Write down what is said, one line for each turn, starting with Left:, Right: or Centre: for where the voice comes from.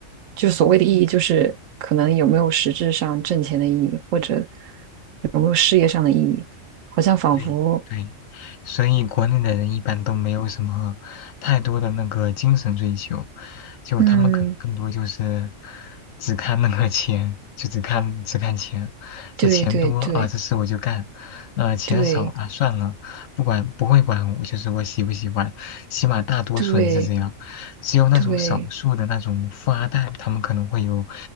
Right: 就所谓的意义，就是可能有没有实质上挣钱的意义，或者有没有事业上的意义，好像仿佛，
Left: 对对，所以国内的人一般都没有什么太多的那个精神追求，就他们可能更多就是
Right: 嗯，
Left: 只看那个钱，就只看只看钱，这钱多啊，
Right: 对对对
Left: 这事我就干，呃，钱少啊，
Right: 对
Left: 算了，不管不会管我，就是我喜不喜欢，起码大多数人是这样，
Right: 对
Left: 只有那种少数的那种富二代，
Right: 对，
Left: 他们可能会有